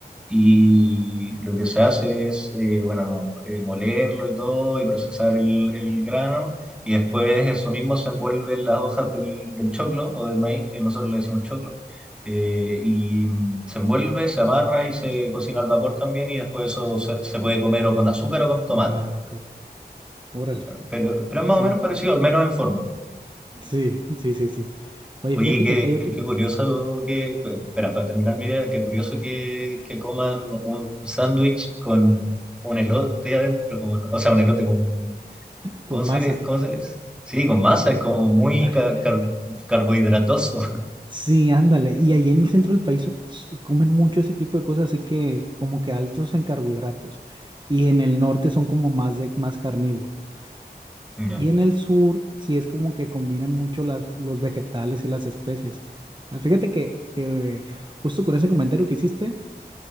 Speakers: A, in the centre; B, on the right (about 25°).
A: Y lo que se hace es, eh, bueno, eh, molerlo y todo y procesar el, el grano. Y después eso mismo se envuelve en las hojas del, del choclo o del maíz, que nosotros le decimos choclo. eh, y mm, se envuelve, se amarra y se cocina al vapor también. Y después eso se se puede comer o con azúcar o con tomate.
B: Ah, ok. Órale.
A: Pero, pero es más
B: Sí,
A: o menos parecido, al menos en forma.
B: sí, sí, sí, sí. Oye,
A: Oye,
B: fíjate
A: qué,
B: que acá hay otro
A: qué curioso que, espera, para terminar mi idea, qué curioso que, que coman un sándwich con un elote adentro, con, o sea, un elote con,
B: con
A: ¿cómo se
B: masa.
A: le, cómo se les? Sí, con masa, es como muy
B: <laughs>
A: ca- car- carbohidratoso.
B: Sí, ándale. Y ahí en el centro del país s- comen mucho ese tipo de cosas, así que como que altos en carbohidratos. Y en el norte son como más de más carnívoras.
A: Ya.
B: Y en el sur sí es como que combinan mucho las, los vegetales y las especias. Ah, Fíjate que, que, eh, justo con ese comentario que hiciste,